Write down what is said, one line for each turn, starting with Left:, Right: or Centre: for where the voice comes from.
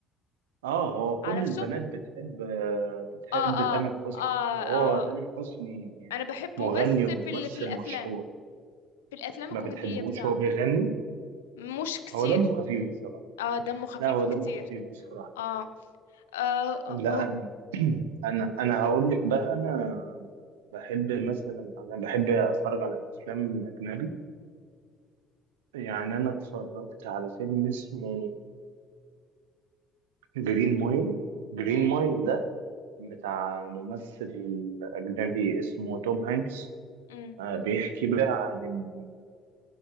Right: اه هو كل
Left: عرفته
Right: البنات بتحب آه، بتحب
Left: اه
Right: تامر
Left: اه
Right: حسني
Left: اه
Right: وهو
Left: اه
Right: تامر حسني
Left: انا بحبه
Right: مغني
Left: بس
Right: وممثل
Left: في ال- في الافلام
Right: مشهور
Left: في الافلام
Right: ما
Left: الكوميدية
Right: بتحبوش
Left: بتاعه
Right: هو بيغني
Left: مش كتير
Right: هو دمه خفيف بصراحه
Left: اه دمه خفيف
Right: لا هو دمه
Left: كتير
Right: خفيف بصراحه
Left: اه اه اه
Right: لا
Left: آه،
Right: انا <clears throat> انا أنا هقول لك بقى انا بحب مثلا انا بحب اتفرج على افلام الاجنبي يعني انا اتفرجت على فيلم اسمه جرين مايل جرين
Left: أمم،
Right: مايل ده بتاع ممثل اجنبي اسمه توم هانكس
Left: أمم،
Right: آه، بيحكي بقى عن إن